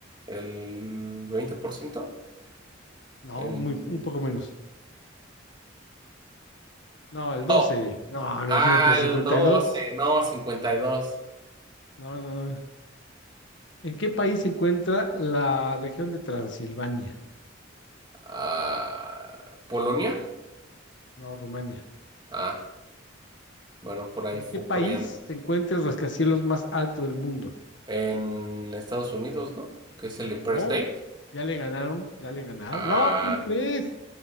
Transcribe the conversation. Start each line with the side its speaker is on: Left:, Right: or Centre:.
Right: El 20%?
Left: No,
Right: el
Left: muy, un poco menos.
Right: 52.
Left: No, el 12. No, imagínate,
Right: Al
Left: el 52.
Right: 12 no, cincuenta y dos
Left: No, no, no. ¿En qué país se encuentra la región de Transilvania?
Right: Ah, ¿Polonia?
Left: No, Rumania.
Right: Ah, bueno, por ahí
Left: ¿En
Right: fu-
Left: qué país
Right: por ahí ando.
Left: se encuentra el rascacielos más alto del mundo?
Right: En Estados Unidos, ¿no? Que es el
Left: No,
Right: Empire State.
Left: ya le ganaron, ya le ganaron.
Right: Ah,
Left: No, ¿cómo crees?